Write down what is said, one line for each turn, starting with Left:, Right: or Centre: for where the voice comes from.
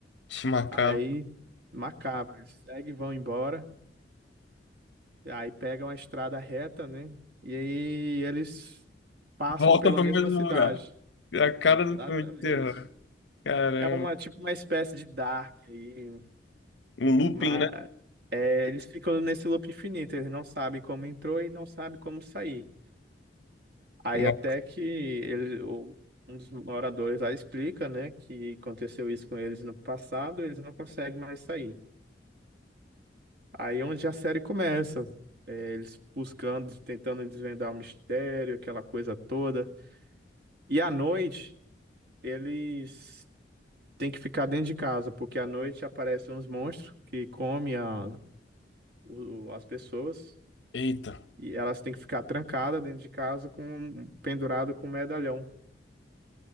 Left: Que macabro.
Right: Aí macabro, eles seguem, vão embora, e aí pegam a estrada reta, né? E aí eles passam
Left: Voltam
Right: pela
Left: para
Right: mesma
Left: o mesmo
Right: cidade.
Left: lugar. É a cara
Right: Exatamente.
Left: do filme de terror. Caramba.
Right: É uma tipo uma espécie de Dark aí,
Left: Um looping,
Right: mas
Left: né?
Right: é, eles ficam nesse loop infinito, eles não sabem como entrou e não sabem como sair. Aí
Left: não
Right: até que ele, o- um dos moradores lá explica, né, que aconteceu isso com eles no passado, eles não conseguem mais sair. Aí é onde a série começa, é, eles buscando, tentando desvendar o mistério, aquela coisa toda. E à noite, eles têm que ficar dentro de casa, porque à noite aparecem uns monstros que comem a- o- as pessoas,
Left: Eita.
Right: e elas têm que ficar trancadas dentro de casa com pendurado com um medalhão.